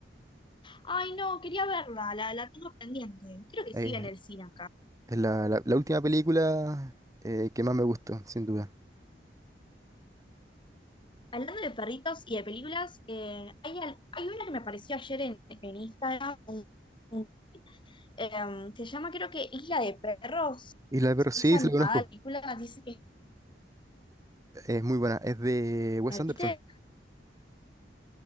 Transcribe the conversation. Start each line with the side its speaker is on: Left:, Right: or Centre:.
Left: Ay, no, quería verla, la, la tengo pendiente. Creo que
Right: Eh,
Left: sigue en el cine acá.
Right: es la, la- la última película eh, que más me gustó, sin duda.
Left: Hablando de perritos y de películas, eh, hay, al- hay una que me apareció ayer en, en Instagram, un- un- em, se llama creo que Isla de Perros,
Right: Y la pero sí,
Left: es animada
Right: sí la conozco.
Left: la película, dice que
Right: Es muy buena. Es de Wes
Left: la
Right: Anderson.
Left: viste.